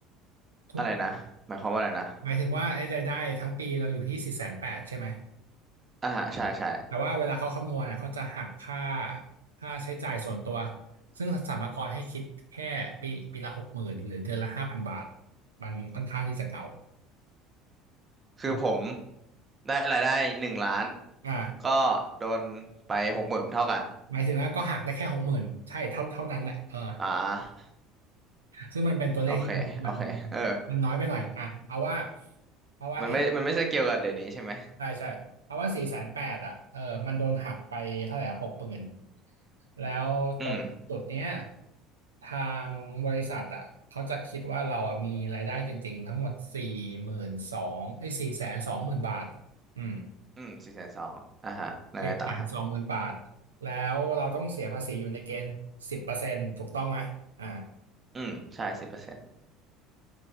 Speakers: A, on the right; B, on the right.
A: ทุก
B: อะไรนะหมายความว่าอะไรนะ
A: หมายถึงว่าไอ้รายได้ทั้งปีเราอยู่ที่สี่แสนแปดใช่ไหม
B: อ่าฮะใช่ใช่
A: แต่ว่าเวลาเขาคำนวณอะเขาจะหักค่าค่าใช้จ่ายส่วนตัวซึ่งสรรพากรให้คิดแค่ปีปีละหกหมื่นหรือเดือนละห้าพันบาทมันค่อนข้างที่จะเก่า
B: คือผม
A: มัน
B: ได้รายได้หนึ่งล้าน
A: อ่า
B: ก็โดนไปหกหมื่นเท่ากัน
A: หมายถึงว่าก็หักได้แค่หกหมื่นใช่เท่าเท่านั้นแหละเออ
B: อ่า
A: ซึ่งมันเป็นตัวเลขที่มันมัน
B: โอเคโอเคเออ
A: มันน้อยไปหน่อยอ่ะเอาว่าเอาว่าไอ้
B: มันไม่มันไม่ใช่เกี่ยวกับเดี๋ยวนี้ใช่ไหม
A: ใช่ใช่เอาว่าสี่แสนแปดอ่ะเออมันโดนหักไปเท่าไหร่หกหมื่นแล้วตรงจุดเนี้ย
B: อืม
A: ทางบริษัทอ่ะเขาจะคิดว่าเราอ่ะมีรายได้จริงๆทั้งหมดสี่หมื่นสองไอ้สี่แสนสองหมื่นบาทอืม
B: อืมสี่แสนสองอ่ะฮะยังไงต่อฮะ
A: สี่แสนสองหมื่นบาท แล้วเราต้องเสียภาษีอยู่ในเกณฑ์สิบเปอร์เซ็นต์ถูกต้องไหมอ่า
B: อืมใช่สิบเปอร์เซ็นต์